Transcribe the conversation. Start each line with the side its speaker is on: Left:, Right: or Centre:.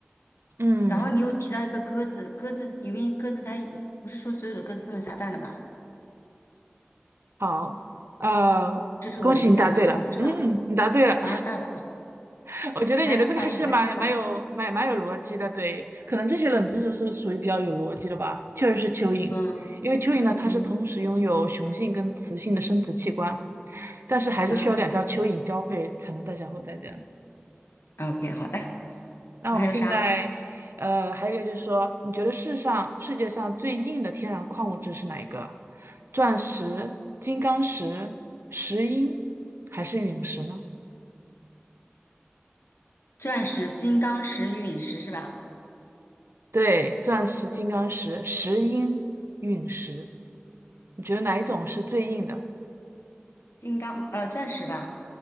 Right: 嗯，
Left: 然后你又提到一个鸽子，鸽子因为鸽子它一不是说所有的鸽子都能下蛋的吧？
Right: 好，呃，
Left: 这是我的一个想法，
Right: 恭喜你答对了，
Left: 我不知道
Right: 嗯，你答对了。
Left: 啊。大的
Right: <laughs> 我觉得你的这个还是蛮蛮有蛮蛮有逻辑的，
Left: 排除法用排除法，
Right: 对，可能这些冷知识是属于比较有逻辑的吧。确实是蚯蚓，
Left: 嗯
Right: 因为蚯蚓呢，它是同时拥有雄性跟雌性的生殖器官，
Left: 嗯，
Right: 但是还是需要两条蚯蚓交配才能诞下后代这样子。
Left: 哦，OK，好的。
Right: 那我们现在，
Left: 那还有啥？
Right: 呃，还有一个就是说，你觉得世上世界上最硬的天然矿物质是哪一个？钻石、金刚石、石英还是陨石呢？
Left: 钻石、金刚石、陨石是吧？
Right: 对，钻石、金刚石、石英、陨石，你觉得哪一种是最硬的？
Left: 金刚呃，钻石吧。